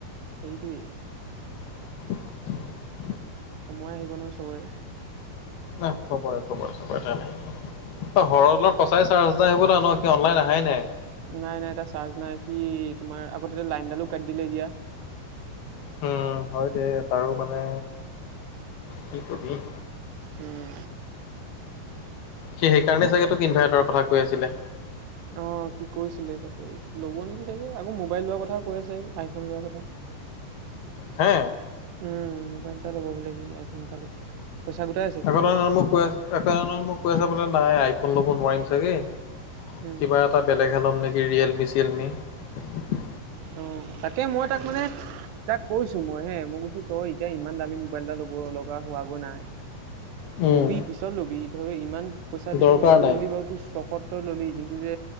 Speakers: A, on the right; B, on the left.
A: সেইটোৱে
B: <unintelligible>
A: সময় আহিব নহয় চবৰে
B: ন খবৰে খবৰে খবৰে তাই নাই অ ঘ অলপ সঁচাই চাৰ্জ নাই সেইবো ন সি অনলাইন অহাই নাই
A: নাই নাই তাৰ চাৰ্জ নাই সি তোমাৰ আগতে লাইনডালো কাটি দিলে এতিয়া
B: উম হয় দে তাৰো মানে কি কবি
A: উম
B: সি সেইকাৰণে চাগে তোক ইনভাৰটাৰৰ কথা কৈ আছিলে
A: অ সি কৈছিলে তাকে ল'ব নেকি চাগে আকৌ মোবাইল লোৱাৰ কথা কৈ আছে আইফোন লোৱা কথা
B: হা
A: উম মোবাইল তএটা লব বুলে আইফুন এটা পইচা গোটাই আছে সেইকাৰণে
B: এক মোক কৈ একৰ মোক কৈ আছে বোলে নাই আইফোন ল'ব নোৱাৰিম চাগে
A: উম
B: কিবা এটা বেলেগহে ল'ম নেকি ৰিয়েলমি চিয়েলমি
A: অ তাকে মই তাক মানে তাক কৈছো মই হে মই কৈছো তই এতিয়া ইমান দামী মোবাইল এটা ল'ব লগা হোৱাগৈ নাই
B: উম
A: লবি পিছত লবি ধৰ ইমান পইচা দি
B: দৰকাৰ
A: তই মোবলটো
B: নাই
A: ললি বাৰু ত চখত ললি কিন্তু যে